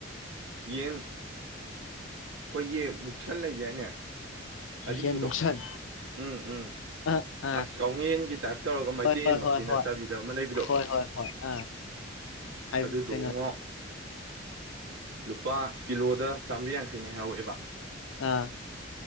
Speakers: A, on the right; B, on the left.
A: ꯌꯦꯟ ꯑꯩꯈꯣꯏꯒꯤ ꯃꯨꯛꯁꯟ ꯂꯩꯒꯦꯅꯦ ꯑꯔꯤꯕꯗꯣ
B: ꯌꯦꯟ ꯃꯨꯛꯁꯟ
A: ꯎꯝ ꯎꯝ
B: ꯑ ꯑꯥ
A: ꯑꯁ ꯀꯥꯎꯉꯦꯟꯒꯤ ꯇꯥꯏꯞ ꯇꯧꯔꯒ ꯃꯩꯇꯩꯟꯃꯛꯇꯤ
B: ꯍꯣꯏ ꯍꯣꯏ ꯍꯣꯏ ꯍꯣꯏ
A: ꯅꯠꯇꯕꯤꯗꯕ ꯑꯃ ꯂꯩꯕꯗꯣ
B: ꯍꯣꯏ ꯍꯣꯏ ꯍꯣꯏ ꯑꯥ ꯍꯥꯏ
A: ꯑꯗꯨꯗꯉꯣ
B: ꯀꯩꯅꯣ
A: ꯂꯨꯄꯥ ꯀꯤꯂꯣꯗ ꯆꯥꯃꯔꯤ ꯌꯥꯡ ꯊꯩꯅ ꯍꯥꯎ ꯑꯦꯕ
B: ꯑꯥ